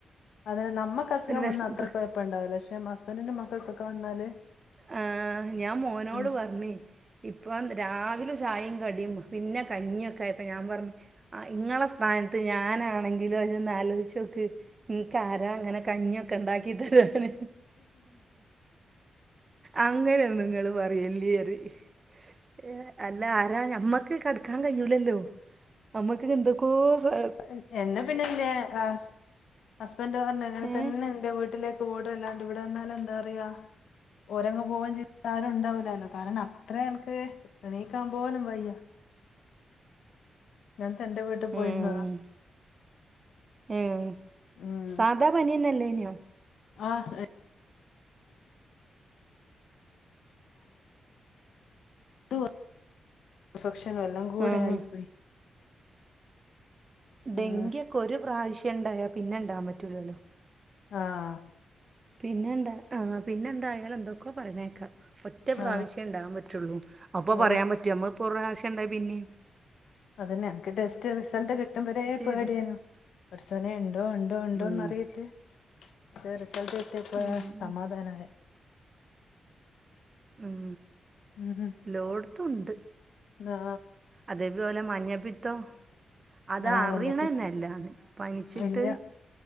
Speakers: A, on the left; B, on the right.
A: അതന്നെ നമ്മക്ക് അസുഖം
B: ഒരു വിഷമം
A: വന്നാ അത്ര കുഴപ്പംഉണ്ടാവില്ല പക്ഷെ ഹസ്ബൻഡിനും മക്കൾക്കൊക്കെ വന്നാല്
B: ആ ഞാൻ മോനോട്
A: ഉം
B: പറഞ്ഞ് ഇപ്പം രാവിലെ ചായയും കടിയും പിന്നെ കഞ്ഞിയൊക്കെ ആയപ്പോ ഞാൻ പറഞ്ഞ് ആ ഇങ്ങളെ സ്ഥാനത്ത് ഞാനാണെങ്കിലോ ജ് ഒന്ന് ആലോയ്ച്ചോക്ക് ഇൻക്കാരാ ങ്ങനെ കഞ്ഞിക്കെ ണ്ടാക്കിത്തതരാന് അങ്ങനെ ഒന്നും നിങ്ങള് പറയല്ലിറിം ഏ അല്ല ആരാ ഞമ്മക്ക് കെട്ക്കാ കയ്യൂലല്ലോ നമ്മക്ക്ങ്ങ് എന്തൊക്കോ സ്വ
A: എ എന്നെ പിന്നെന്റെ ഹസ് ഹസ്ബൻഡ് പർഞ് അങ്ങനതന്നെ-
B: ഏഹ്
A: ന്റെ വീട്ട്ലേക്ക് പോട് അല്ലാണ്ട് ഇവിടെ നിന്നാലെന്താ റയാ. ഓരങ്ങ് പോവേം ചെയ്താരും ഉണ്ടാവൂലല്ലോ കാരണം അത്രേ എൻക്ക്. എണീക്കാമ്പോലും വയ്യ. ഞാൻ തന്റെ വീട്ട് പോയ്രുന്നുടാ.
B: ഉം ഏഹ്
A: ഉം
B: സാധാ പന്യന്നല്ലേന്യോ?
A: ആഹ്. <unintelligible> ത് ഇൻഫക്ഷനു എല്ലങ്കൂടെ
B: ആഹ്
A: ആയിപ്പോയി.
B: ഡെങ്കിയൊക്കെ
A: ഉം.
B: ഒരു പ്രാവശ്യം ണ്ടായാ പിന്നെണ്ടാവാ പറ്റൂലല്ലോ.
A: ആഹ്.
B: പിന്നെന്താ ആഹ് പിന്നെന്തായാലെന്തൊക്കോ പറിണേക്ക. ഒറ്റ പ്രാവശ്യെ
A: ആ
B: ണ്ടാവാൻ പറ്റുള്ളൂ അപ്പൊ
A: ഓ
B: പറയാൻ പറ്റോ നമ്മ ഇപ്പോ ഒരു പ്രാവശ്യണ്ടായി പിന്നി-
A: അതന്നെ എൻക്ക് ടെസ്റ്റ് റിസൾട്ട് കിട്ടുമ്പരേ പേടിഏര്ന്നു.
B: ഇത്
A: പട്ച്ചോനെ ണ്ടോ ണ്ടോ ണ്ടോന്നറിയേറ്റ്.
B: ഉം
A: അ റിസൾട്ട് കിട്ട്യപ്പഴ
B: ഉം
A: സമാധാനായെ.
B: ഉം
A: ഉം ഉം.
B: ലോട്ത്തുണ്ട്.
A: ആ
B: അതേപോലെ മഞ്ഞപ്പിത്തം. അത
A: ആ
B: അറിണന്നെല്ല
A: മഞ്ഞപ്പിത്ത
B: പനിച്ചിട്ട്.
A: ഇല്ല